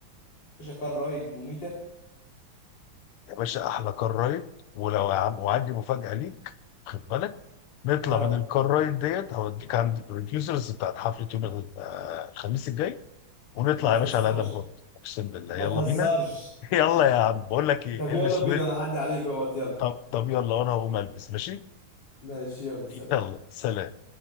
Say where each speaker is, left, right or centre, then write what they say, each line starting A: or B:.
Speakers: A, on the left; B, on the left.
A: باشا كار رايد مميته
B: يا باشا احلى كار رايد ولو يا عم وعندي مفاجاه ليك خد بالك نطلع
A: ها
B: من الكار رايد ديت هوديك عند البروديوسرز بتاعت حفله يوم ال- آه، الخميس الجاي ونطلع
A: ما تهزرش
B: يا باشا على ادم بورد اقسم بالله
A: ما
B: يلا
A: تهزرش
B: بينا <laughs> يلا يا عم بقول لك ايه
A: طب يلا
B: البس
A: بينا
B: ويت
A: انا اعدي عليك اهوت يلا
B: طب طب يلا وانا هقوم البس ماشي
A: ماشي يلا سلام
B: يلا سلام